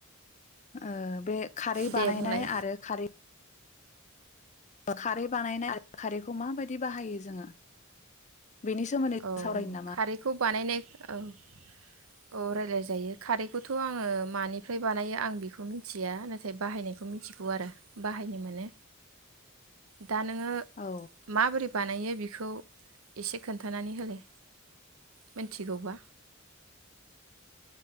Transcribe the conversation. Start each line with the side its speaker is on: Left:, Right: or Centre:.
Left: ओ बे खारै
Right: दे
Left: बानायनाय
Right: बुंलाय
Left: आरो खारै खारै बानायनाय खारैखौ माबायदि बाहायो जोङो? बेनि सोमोन्दै जों
Right: औ
Left: सावरायनो नामा?
Right: खारैखौ बानायनाय औ औ राय्लायजायो खारैखौथ' आङो मानिफ्राय बानायो आं बेखौ मिन्थिया नाथाय बाहायनायखौ मिथिगौ आरो बाहायनो मोनो। दा नोङो
Left: औ
Right: माबोरै बानायो बेखौ एसे खोन न्थानानै होलाय मिथिगौबा?